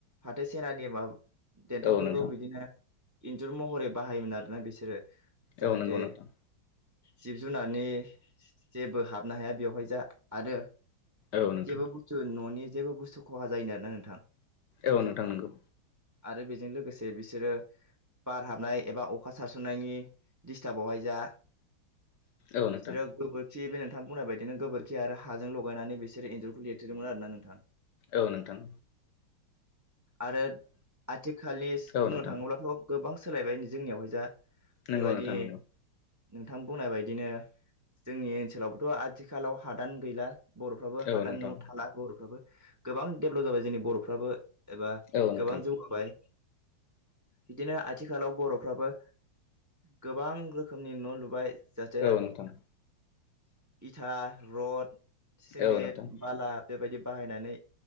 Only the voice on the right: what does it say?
फाथो सेनानि माबा देन्थाफोरखौ
बिदिनो इन्जुर महरै बाहायोमोन आरोना बिसोरो जाहाथे
जिब जुनारनि जेबो हाबनो हाया बेवहाय जा आरो
जेबो बुस्थु न'नि जेबो बुस्थु खहा जायिनि आरोना नोंथां?
आरो बेजों लोगोसे बिसोरो बार हाबनाय एबा अखा सारसननायनि डिस्टाबावहाय जा
बिसोरो गोबोरखि बे नोंथां बुंनाय बायदिनो गोबोरखि आरो हाजों लगायनानै बिसोरो इन्जुरखौ लि रोमोन आरोना नोंथां?
आरो आथिखालि
बुंनो
थाङोब्लाथ' गोबां सोलायबाय जोंनियावहाय जा
बेबायदि
नोंथां बुंनाय बायदिनो जोंनि ओनसोलावबोथ' आथिखालाव हादान गैला। बर'फ्राबो
हादान
न'आव थाला बर'फ्राबो गोबां डेभलप जाबाय जोंनि बर'फ्राबो एबा
गोबां जौगाबाय। बिदिनो आथिखालाव बर'फ्राबो गोबां रोखोमनि न' लुबाय। जाहाथे
इथा, रड, सिमेन्ट
बाला बेबायदि बाहायनानै